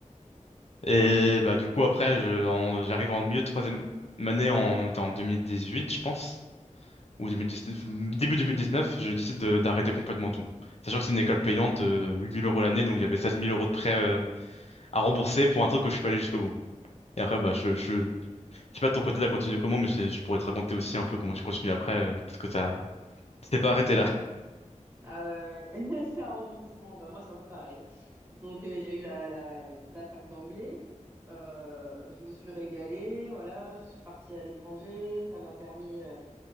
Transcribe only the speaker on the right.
Mhm.
Aïe, aïe,
aïe.
Ouais. Ah ouais, ouais. <laughs> c'est un rebondissement. Bah, moi, c'est un peu pareil. hein. Donc, euh, il y a eu la, la, la fac d'anglais. Euh, je me suis régalée, voilà, je suis partie à l'étranger, ça m'a permis euh,